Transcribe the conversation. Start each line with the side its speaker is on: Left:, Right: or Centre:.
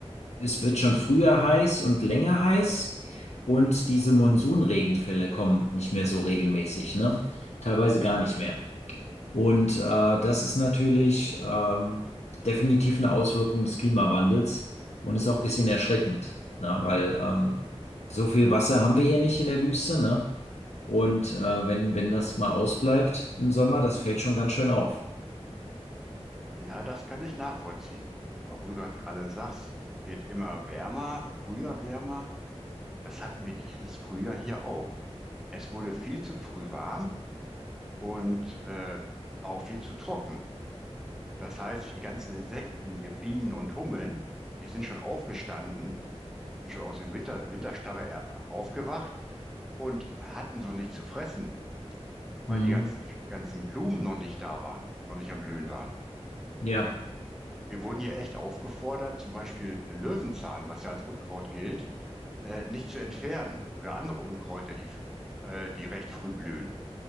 Left: es wird schon früher heiß und länger heiß und diese Monsunregenfälle kommen nicht mehr so regelmäßig, ne? Teilweise gar nicht mehr. Und äh, das ist natürlich ähm, definitiv eine Auswirkung des Klimawandels und ist auch ein bisschen erschreckend, ne? Weil ähm, so viel Wasser haben wir hier nicht in der Wüste, ne? Und äh, wenn, wenn das mal ausbleibt im Sommer, das fällt schon ganz schön auf.
Centre: ja, das kann ich nachvollziehen. Aber wo du grad- gerade sagst, wird immer wärmer, früher wärmer. Das hatten wir dieses Frühjahr hier auch. Es wurde viel zu früh warm und äh, war auch viel zu trocken. Das heißt, die ganzen Insekten, hier Bienen und Hummeln, die sind schon aufgestanden, sind schon aus dem Winter, Winterstarre er- aufgewacht und hatten so nichts zu fressen, weil
Left: Mhm.
Centre: die ganzen, ganzen Blumen noch nicht da waren, noch nicht am Blühen waren.
Left: Ja,
Centre: Wir wurden hier echt aufgefordert, zum Beispiel äh, Löwenzahn, was ja als Unkraut gilt, äh, nicht zu entfernen oder andere Unkräuter, die, f- äh, die recht früh blühen,